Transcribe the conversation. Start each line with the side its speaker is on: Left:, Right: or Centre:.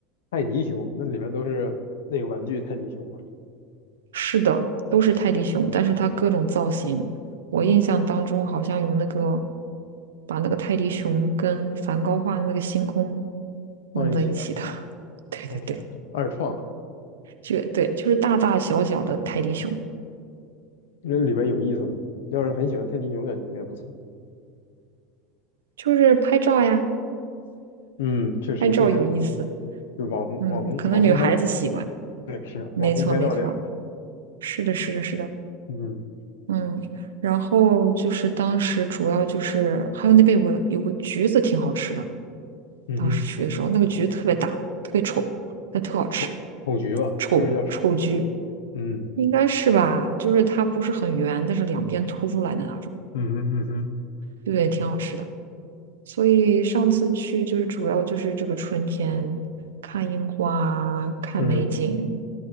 Left: 泰迪熊那里面都是那个玩具泰迪熊嘛，
Right: 是的，都是泰迪熊，但是它各种造型，我印象当中好像有那个把那个泰迪熊跟梵高画的那个星空
Left: 放一起的。
Right: 弄在一起的。<laughs> 对对对，
Left: 我天，二创了，
Right: 就对，就是大大小小的泰迪熊，
Left: 那里面有意思吗？要是很喜欢泰迪熊，感觉应该不错。
Right: 就是拍照呀，
Left: 嗯确实，
Right: 拍照有意思。
Left: 就是就网红网红网红拍照，
Right: 嗯，可能女孩子喜欢。
Left: 对，是啊网红拍照点儿了。
Right: 没错没错，是的是的是的，
Left: 嗯
Right: 嗯。然后就是当时主要就是还有那边有个有个橘子挺好吃的，
Left: 嗯哼，
Right: 当时去的时候，那个橘子特别大，特别丑，但特好吃，
Left: 丑丑橘吧，
Right: 丑丑橘
Left: 是不是叫丑？嗯
Right: 应该是吧？就是它不是很圆，但是两边凸出来的那种，
Left: 嗯哼嗯哼
Right: 对，挺好吃的。所以上次去就是主要就是这个春天，看樱花，看美景，
Left: 嗯